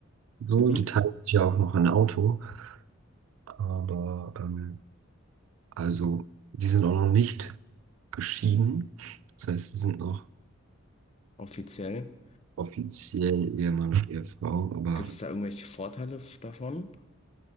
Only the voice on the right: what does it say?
So,
die teilen sich ja auch noch ein Auto. Aber ähm, Also, sie sind auch noch nicht geschieden. Das heißt, sie sind noch
offiziell Ehemann und Ehefrau, aber